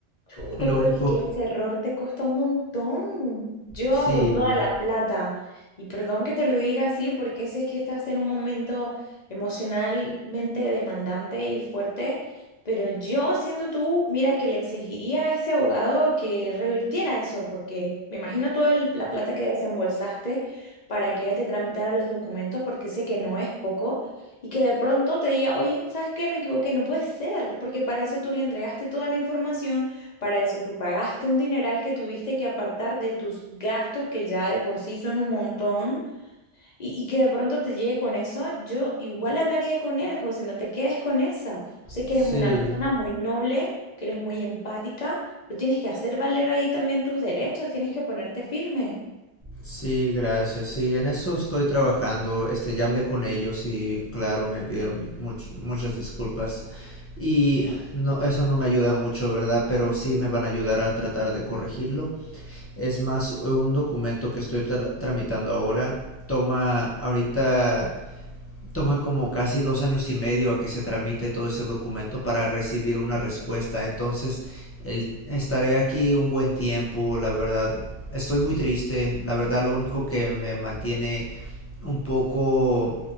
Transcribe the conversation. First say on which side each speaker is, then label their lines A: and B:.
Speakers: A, on the left; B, on the left.
A: Chuta,
B: Lo
A: pero
B: único,
A: es que ese error te cuesta un montón. Yo
B: sí,
A: con toda la plata, y perdón que te lo diga así, porque ese es que estás en un momento emocionalmente demandante y fuerte, pero yo siendo tú, mira que le exigiría a ese abogado que revirtiera eso, porque me imagino toda el- la plata que desembolsaste para que él te tramitara los documentos, porque sé que no es poco. Y que de pronto te diga, oye, ¿sabes qué? Me equivoqué, no puede ser, porque para eso tú le entregaste toda la información para eso tú pagaste un dineral que tuviste que apartar de tus gastos que ya de por sí son un montón y, y que de pronto te llegue con eso, yo igual hablaría con él, José, no te quedes con esa. Sé que
B: Sí,
A: eres una persona muy noble, que eres muy empática, pero tienes que hacer valer ahí también tus derechos, tienes que ponerte firme.
B: sí, gracias. Sí, en eso estoy trabajando. Este, ya hablé con ellos y claro, me pidieron di- much- muchas disculpas. Y no, eso no me ayuda mucho, ¿verdad? Pero sí me van a ayudar a tratar de corregirlo. Es más, un documento que estoy tra- tramitando ahora toma ahorita toma como casi dos años y medio a que se tramite todo ese documento para recibir una respuesta. Entonces, el, estaré aquí un buen tiempo, la verdad. Estoy muy triste, la verdad lo único que me mantiene un poco